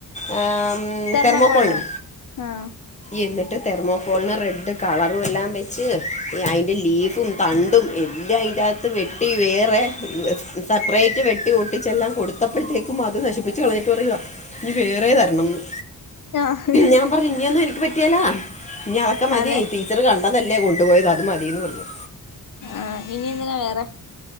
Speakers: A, on the left; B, on the left.
A: ആ മ്
B: തെർമക്കോളിനോ
A: തെർമോക്കോള്ന്
B: ആഹ്.
A: എന്ന്ട്ട് തെർമോകോൾന് റെഡ് കളറും എല്ലാം വെച്ച്. അയിന്റെ ലീഫും തണ്ടും എല്ലാം ഈൻ്റാത്ത് വെട്ടി വേറെ സപ്റേറ്റ് വെട്ടി ഒട്ടിച്ചെല്ലാം കൊട് ത്തപ്പഴത്തേക്കും അത് നശിപ്പിച്ച് കളഞ്ഞിട്ട് പറയുവാ ഇനി വേറെ തരണംന്ന്
B: ആഹ്
A: ഞാൻ പറഞ്ഞു. ഇൻയൊന്നും എനിക്ക് പറ്റിയേലാ. ഇഞ്ഞി അതൊക്കെ മതി.
B: അതെ
A: തീ ച്ചർ കണ്ടതല്ലേ കൊണ്ടുപോയത്. അത് മതിന്ന് പറഞ്ഞു.
B: ആഹ് ഇനി എന്തിനാ വേറെ